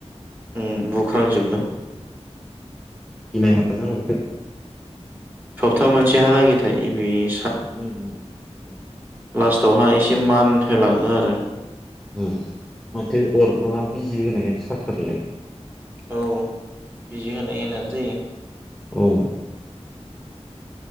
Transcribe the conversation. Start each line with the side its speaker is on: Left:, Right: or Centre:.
Right: उम बुख्रांजोबो
Centre: गिनाय मोनो
Right: था मोनसेहालागै थायो बेयो
Centre: उम
Right: लास्टावहाय एसे मान होलाङो आरो
Centre: औ माथो अरब्ला बिजि होनायानो साथारोलाय।
Right: औ बिजि होनाय होनानो जायो।
Centre: औ।